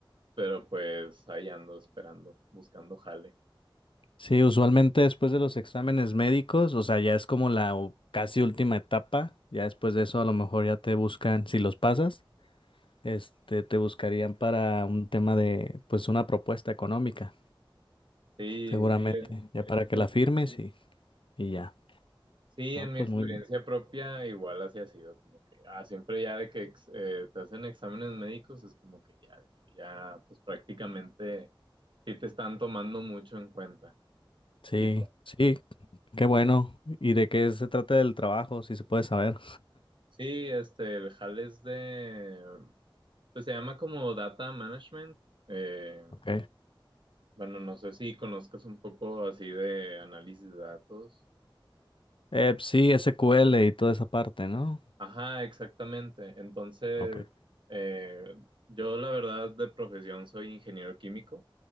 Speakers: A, on the right; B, on the left.
A: pero pues ahí ando esperando, buscando jale.
B: Sí, usualmente después de los exámenes médicos, o sea, ya es como la u- casi última etapa, ya después de eso a lo mejor ya te buscan, si los pasas, este, te buscarían para un tema de, pues una propuesta económica,
A: Sí,
B: seguramente, ya para que
A: sí.
B: la firmes y, y ya,
A: Sí,
B: ¿no?
A: en
B: Pues
A: mi experiencia
B: muy bien.
A: propia igual así ha sido, como que ah, siempre ya de que ex- eh, te hacen exámenes médicos es como que ya, de que ya pues prácticamente sí te están tomando mucho en cuenta.
B: Sí,
A: Y
B: sí, qué bueno. ¿Y de qué se trata el trabajo, si se puede saber?
A: sí, este, el HAL es de, pues se llama como Data Management. Eh,
B: Ok.
A: bueno, no sé si conozcas un poco así de análisis de datos.
B: Eh, pues sí, SQL y toda esa parte, ¿no?
A: Ajá, exactamente. Entonces,
B: Ok.
A: eh, yo la verdad de profesión soy ingeniero químico,